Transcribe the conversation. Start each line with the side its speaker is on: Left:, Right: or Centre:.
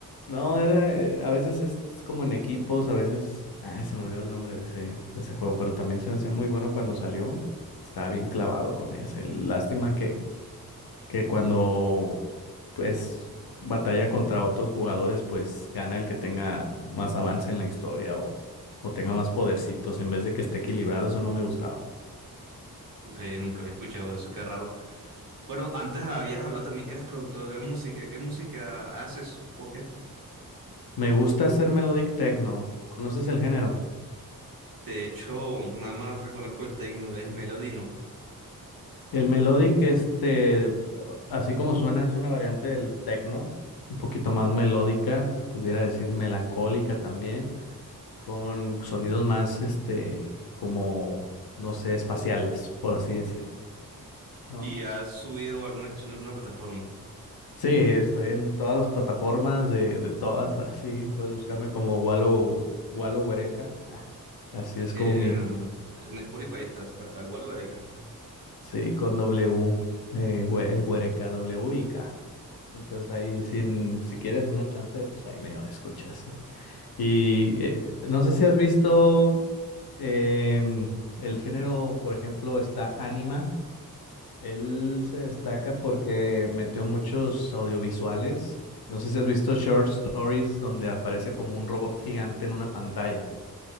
Left: No, era, eh, a veces es como en equipos, a veces. Ah, se me olvidó el nombre de ese, de ese juego, pero también se me hacía muy bueno cuando salió. Estaba bien clavado con ese. Lástima que, que cuando pues batalla contra otros jugadores, pues gana el que tenga más avance en la historia o, o tenga más podercitos en vez de que esté equilibrado, eso no me gustaba.
Right: Ve, nunca había escuchado eso, qué raro. Bueno, antes habías hablado también que eras productor de música. ¿Qué música haces? Ok.
Left: Me gusta hacer melodic techno. ¿Conoces el género?
Right: De hecho, nada más reconozco el techno, el Melody, ¿no?
Left: El melodic, este, uh, así como suena, es una variante del techno, un poquito más melódica, se pudiera decir melancólica también, con sonidos más, este, como, no sé, espaciales, por así decir, ¿no?
Right: Y has subido alguna canción a alguna plataforma.
Left: Sí, estoy en todas las plataformas de, de todas, <laughs> así puedes buscarme como Walo, Walo Huereca. Ah, así es
Right: Eh,
Left: como mi,
Right: en Spotify estás, ¿verdad? Igual o Gareca.
Left: sí, con W, eh, hue- el Huereca, W y K. Entonces ahí, sin, si quieres una chance, pues ahí me escuchas. Y eh, no sé si has visto em, el género, por ejemplo, está Anima. Él se destaca porque metió muchos audiovisuales. No sé si has visto Short Stories donde aparece como un robot gigante en una pantalla.